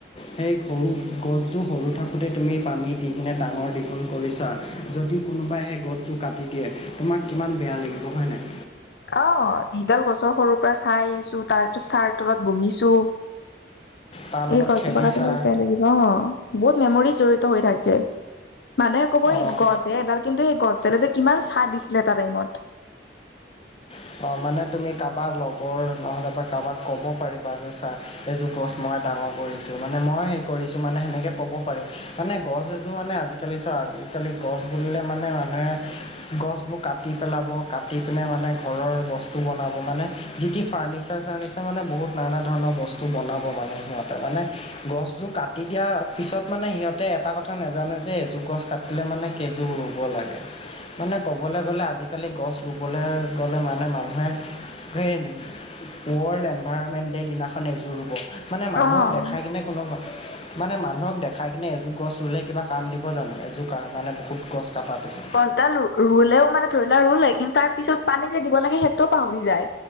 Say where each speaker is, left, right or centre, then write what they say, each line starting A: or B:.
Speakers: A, on the left; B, on the left.
A: সেই সৰু গছবোৰ সৰু থাকোঁতে তুমি পানী দি কিনে ডাঙৰ দীঘল। কৰিছা যদি কোনোবাই সেই গছযোৰ কাটি দিয়ে তোমাক কিমান বেয়া লাগিব হয়নে।
B: অ যিডাল গছৰ সৰুৰ পৰা চাই আহিছো তাৰ ছাৰ তলত বহিছো।
A: তাৰ লগত
B: এই গছ
A: খেলিছা
B: জোপা কাটিলোঁ বেয়া লাগিলে। অ বহুত মেমৰি জড়িত হৈ থাকে মানুহে কব এই
A: অঁ
B: গছ। এডাল কিন্তু সেই গছডালে যে কিমান ছাহ দিছিলে এটা টাইমত।
A: অ, মানে তুমি কাৰোবাৰ লগৰ নহ'লে বা কাৰোবাক ক'ব পাৰিবা যে চা এইযোৰ গছ মই ডাঙৰ কৰিছো মানে মই সেই কৰিছো মানে সেনেকে ক'ব পাৰি। মানে গছ এজোৰ মানে আজি আজিকালি চা আজিকালি গছ বুলিলে মানে মানুহে গছবোৰ কাটি পেলাব। কাটি পেলাই পিনে মানে ঘৰৰ বস্তু বনাব, মানে যিটি ফাৰ্ণনিচাৰ-চাৰ্নিচাৰ মানে বহুত নানা ধৰণৰ বস্তু। মনাব মানে সিহঁতে মানে গছ টো কাটি দিয়া পিছত মানে সিহঁতে। এটা কথা নাজানে যে এজোৰ গছ কাটিলে মানে কেইযোৰ ৰুব লাগে। মানে ক'বলৈ গ'লে আজিকালি গছ ৰুবলৈ। গ'লে মানে মানুহে সেই। ৱৰ্ল্ড এনভাইৰণমেণ্ট ডে' দিনাখন এযোৰ ৰুব মানে মানুহক
B: অ
A: দেখাই কিনে কোনো মানে মানুহক দেখাই কিনে এজোৰ গছ ৰুলে কিবা কাম দিব জানো। এযোৰ মানে বহুত গছ কটাৰ পিছত
B: এ ৰুলেও মানে ধৰি লোৱা ৰুলে, কিন্তু তাৰ পিছত পানী যে দিব লাগে সেইটো পাহৰি যায়।